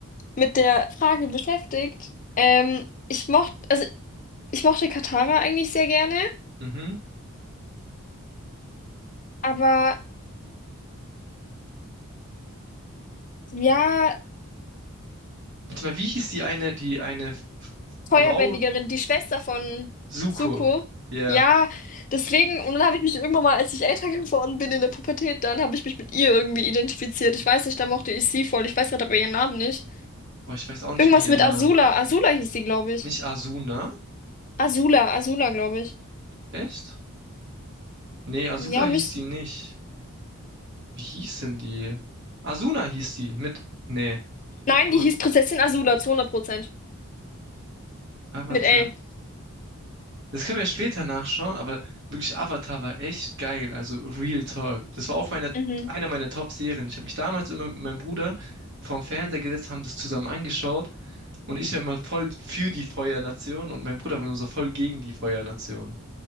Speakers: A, on the left (about 35°); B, on the right (about 50°).
A: mit der Frage beschäftigt. Ähm, ich mochte, also ich mochte Katara eigentlich sehr gerne,
B: Mhm.
A: aber ja,
B: Warte mal, wie hieß die eine, die eine
A: Feuerbändigerin,
B: Frau
A: die Schwester von
B: Zuko?
A: Zuko.
B: Ja. Yeah.
A: Ja, deswegen, und dann habe ich mich irgendwann mal, als ich älter geworden bin in der Pubertät, dann habe ich mich mit ihr irgendwie identifiziert. Ich weiß nicht, da mochte ich sie voll. Ich weiß gerade aber ihren Namen nicht.
B: Boah, ich weiß auch nicht
A: Irgendwas
B: mehr ihren
A: mit
B: Namen.
A: Azula. Azula hieß sie, glaube ich.
B: Nicht Asuna?
A: Azula, Azula, glaube ich.
B: Echt? Nee, Azula
A: Ja,
B: hieß
A: müsste.
B: die nicht. Wie hieß denn die? Asuna hieß die mit. Nee.
A: Nein,
B: Und
A: die hieß Prinzessin Azula zu hundert Prozent
B: Avatar.
A: Mit L.
B: Das können wir ja später nachschauen, aber wirklich Avatar war echt geil, also Real Talk. Das war auch meine,
A: Mhm.
B: eine meiner Top-Serien. Ich habe mich damals immer mit meinem Bruder vorm Fernseher gesetzt, haben das zusammen angeschaut und ich war immer voll für die Feuernation und mein Bruder war immer so voll gegen die Feuernation.